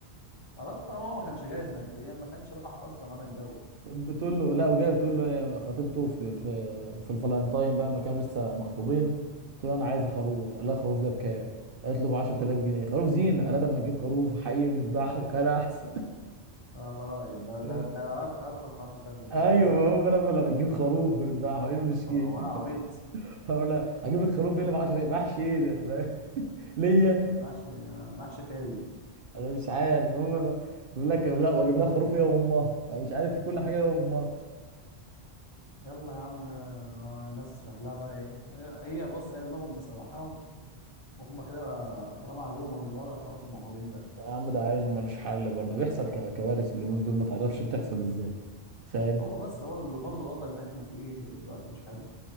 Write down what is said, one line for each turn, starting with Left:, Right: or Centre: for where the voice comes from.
Left: خلاص طالما هو ما كانش جاهز ماديا ما كانش راح اصلا وانا اتجوز
Right: بتقول له لا وجايه بتقول له هي خطيبته في في في الفالنتاين بقى ما كانوا لسه مخطوبين قلت له انا عايزه خروف قال لها الخروف ده بكام؟ قالت له ب 10000 جنيه خروف زينه قالت اما نجيب خروف حقيقي ونذبحه كان احسن
Left: على رايك ده
Right: <laughs>
Left: ده تلاقي أرخ- ارخص من 10000 جنيه
Right: ايوه
Left: بتاع الزينه
Right: ما هو انا لما تجيب خروف ونذبحه ايه المشكله؟
Left: آه، هو انا عبيط
Right: <laughs> بقول لها هجيب الخروف ايه اللي ب 10 محشي ايه ده؟ <laughs> فاهم؟ ليا
Left: محشي محشي فيل
Right: انا مش عارف هم بيقول لك لا واجيب لها خروف هي وامها أنا مش عارف في كل حاجه هي وامها
Left: يلا يا عم آه، ناس شكلها بقى ايه هي هي بص هي دماغهم مسوحاهم هم كده طالما عجبهم الوضع خلاص هم مهورين بقى
Right: يا عم ده عيل ملوش حل برضه بيحصل ك- كوارث اليومين دول ما تعرفش بتحصل ازاي فاهم
Left: هو بس هو اللي برضه الوضع اللي احنا فيه دلوقتي مش حلو